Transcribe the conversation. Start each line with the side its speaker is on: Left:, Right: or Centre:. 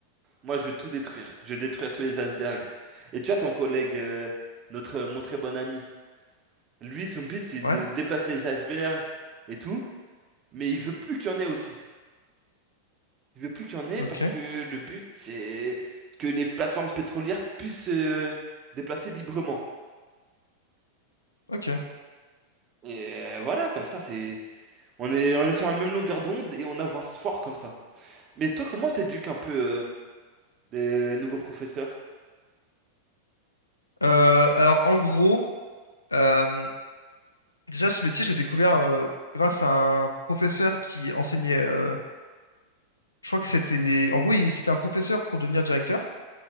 Right: Moi, je veux tout détruire. Je veux détruire tous les icebergs. Et tu vois, ton collègue, euh, notre, euh, mon très bon ami, lui, son but, c'est
Left: Ouais,
Right: de déplacer les icebergs et tout, mais il veut plus qu'il y en ait aussi. Il veut plus qu'il y en ait
Left: ok,
Right: parce que le but, c'est que les plateformes pétrolières puissent, euh, déplacer librement.
Left: ok.
Right: Et euh, voilà, comme ça, c'est On est, on est sur la même longueur d'onde et on avance fort comme ça. Mais toi, comment t'éduques un peu euh, les nouveaux professeurs?
Left: Euh, alors en gros, euh, Déjà, ce métier, j'ai découvert euh, grâce à un professeur qui enseignait. euh, je crois que c'était des. En gros, il- c'était un professeur pour devenir directeur.